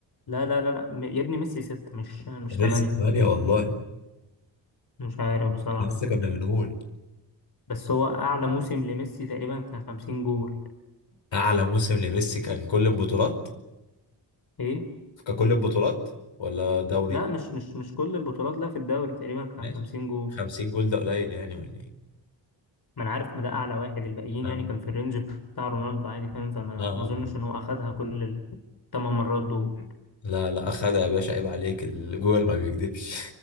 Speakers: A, on the left; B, on the left.
A: لا لا لا لا يا ابني ميسي ستة مش مش
B: ميسي
A: تمانية
B: ثمانية والله
A: مش عارف بصراحة
B: ده لسه كنا بنقول
A: بس هو اعلى موسم لميسي تقريبا كان 50 جول
B: اعلى موسم لميسي كان كل البطولات
A: ايه
B: ككل البطولات ولا دوري
A: لا مش مش مش كل البطولات لا في الدوري تقريبا كان
B: ماشي
A: 50 جول
B: 50 جول ده قليل يعني ولا ايه
A: ما انا عارف ما ده اعلى واحد الباقيين
B: اه
A: يعني كان في الرينج بتاع رونالدو عادي فاهم فما
B: اه
A: ما اظنش ان هو اخدها كل الثمان مرات دول
B: لا لا اخدها يا باشا عيب عليك الجوجل ما بيكذبش